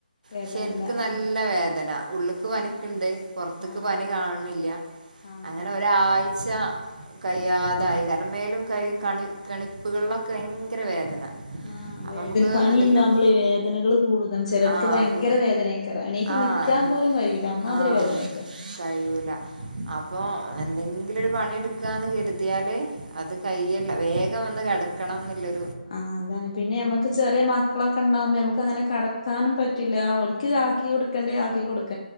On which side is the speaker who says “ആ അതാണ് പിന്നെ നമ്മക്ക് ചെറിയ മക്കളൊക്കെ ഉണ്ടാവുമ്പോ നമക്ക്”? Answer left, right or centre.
Left